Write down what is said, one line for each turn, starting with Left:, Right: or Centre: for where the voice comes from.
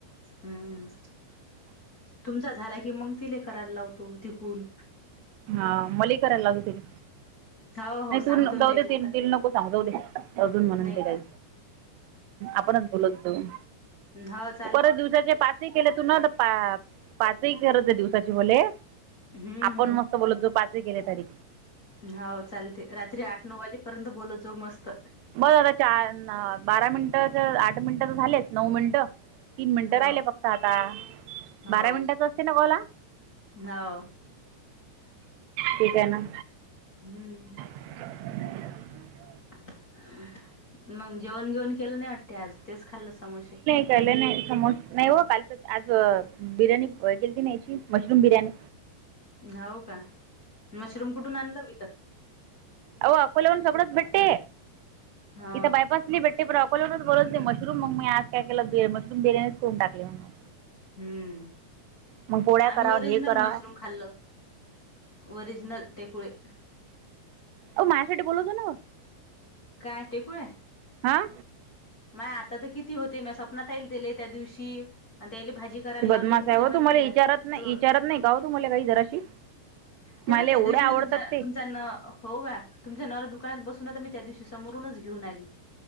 Left: हम्म. तुमचा झाला कि मग तिले करायला लावतो तिकडून.
Right: हा मले करायला लागू दे.
Left: हो हो
Right: नाही तू
Left: सांगतो
Right: जाऊ
Left: ना त्याले
Right: दे ति नको सांग जाऊ दे अजून म्हणून
Left: नाही
Right: ते
Left: का
Right: काही आपणच बोलत जाऊ.
Left: होच.
Right: परत दिवसाचे पाचही केले तू ना पा पाचही करत आहे दिवसाचे बोले
Left: हम्म.
Right: पण मस्त बोलत जो पाच्र केेले तारीख.
Left: हाव चालतय, रात्री आठ नऊ वाजेपर्यंत बोलत जाऊ मस्त
Right: बरं झालं चार आ बारा मिनिटाच आठ मिनिटं तर झालेत, नऊ मिनिटं तीन मिनिटं
Left: हो
Right: राहिले फक्त आता
Left: हो
Right: बारा मिनिटाच असते ना कॉल हा.
Left: हो
Right: ठीक आहे ना.
Left: हम्म.
Right: <inaudible>
Left: मग जेवण घीवन केलं नाही, वाटत आज तेच खाल्लं समोसे
Right: तळलेल नाही समो नाही ओ, कालच आज बिर्याणी केलती ना याची मशरूम बिर्याणी
Left: ना हू का? मशरूम कुठून आणल वी?
Right: आओ अकोल्यावून सगळंच भेटते,
Left: हा
Right: इथं बायपास नाही भेटते. ब्राकोली वरच बोलायच नाही. मशरूम मग मी आ काय के ब मशरूम बिर्याणीच करून टाकली मग
Left: हम्म
Right: मग पोळ्या
Left: आम्ही
Right: करावं
Left: ओरिजनल
Right: हे करावं
Left: मशरूम खाल्ल. ओरिजनल टेक वे
Right: ओ माह्यासाठी बोलतो न
Left: काय टेक वे हाय?
Right: हां.
Left: माह्या आता तर किती होते, म सपनाताईल त्याले त्या दिवशी आणि त्याले भाजी करायला
Right: बदमास
Left: लावली मला
Right: आहे, ओ
Left: माहितीय
Right: तुम्हाले
Left: का
Right: इचारत नाही
Left: तो
Right: इचारत नाही का ओ, तुम्हाला काही जराशी
Left: हे
Right: मला
Left: ब त्या
Right: एवढे
Left: दिवशी मी
Right: आवडतात
Left: तुम
Right: ते
Left: तुमचा नाव हो का? तुमच्या नवरा दुकानात बसून मी त्या दिवशी ते समोरूंनच घेवून आली,